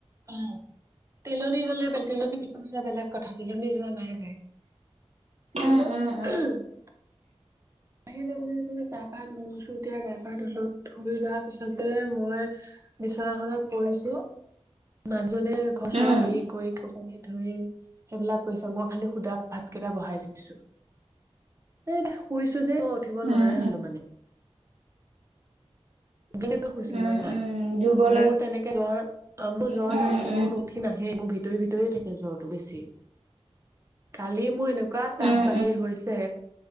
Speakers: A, on the right (about 25°); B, on the right (about 80°).
A: অ তিলনী হ'লে বে তিলনীৰ পিছন হলে বেলেগ কথা তিলনী যোৱা নাই যে তাৰপিছত
B: উম উম
A: অ' আহিলে মানে যদি গা পা ধুইছো তেতিয়া গা- পা ধোলো ধুই লোৱাৰ পিছতে মই বিছনাখনত পৰিছো। মানুহজনে ঘৰ চৰ
B: উম উম উম
A: সাৰি কৰি কাপোৰ কানি ধুই। সেইবিলাক কৈছে মই খালি সুধা ভাতকেইটা বহাই দি দিছো এ এ শুই। শুইচোজে মই উঠিব নোৱাৰে
B: উম
A: হ'লো মানে দিনটো শুইছো
B: উম
A: মই না
B: উম দুৰ্বল
A: মোৰ তেনেকে জ্বৰ মোৰ জ্বৰ
B: হৈ
A: তেনেকে
B: উম
A: মোৰ নুঠি নাহে মোৰ ভিতৰি ভিতৰি থাকে জ্বৰটো বেছি কালি মই এনে এনেকোৱা তাপ
B: উম
A: বাহিৰ হৈছে